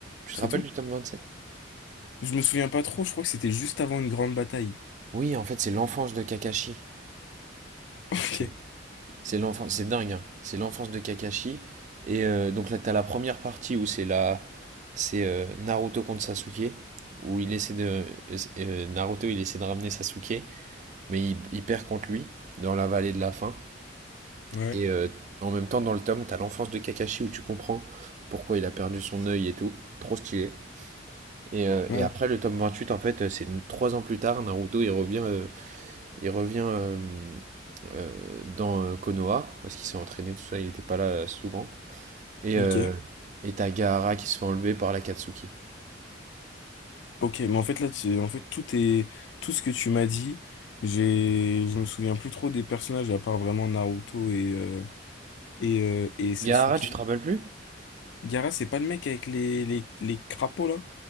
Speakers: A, on the right; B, on the left.
A: Tu
B: C'est
A: te rappelles
B: tout?
A: du tome vingt sept
B: Je me souviens pas trop, je crois que c'était juste avant une grande bataille.
A: Oui, en fait, c'est l'enfance de Kakashi.
B: <laughs>
A: C'est
B: Ok.
A: c'est l'enfance, c'est dingue, hein. C'est l'enfance de Kakashi. Et euh, donc là, t'as la première partie où c'est la, c'est euh, Naruto contre Sasuke, où il essaie de, euh, euh, Naruto, il essaie de ramener Sasuke. mais il, il perd contre lui dans la vallée de la faim.
B: Ouais.
A: Et euh, en même temps, dans le tome, t'as l'enfance de Kakashi où tu comprends pourquoi il a perdu son œil et tout. Trop stylé. Et, euh,
B: Ouais.
A: et après, le tome 28 en fait, euh, c'est trois ans plus tard, Naruto, il revient, euh, il revient euh, euh, dans euh, Konoha, parce qu'il s'est entraîné, tout ça, il n'était pas là euh, souvent. Et euh,
B: Ok.
A: et t'as Gaara qui se fait enlever par la Katsuki.
B: Ok, mais en fait là, tu- en fait tout est tout ce que tu m'as dit, j'ai je me souviens plus trop des personnages à part vraiment Naruto et euh, et euh, et Sasuke.
A: Gaara, tu te rappelles plus?
B: Gaara, c'est pas le mec avec les les les crapauds là?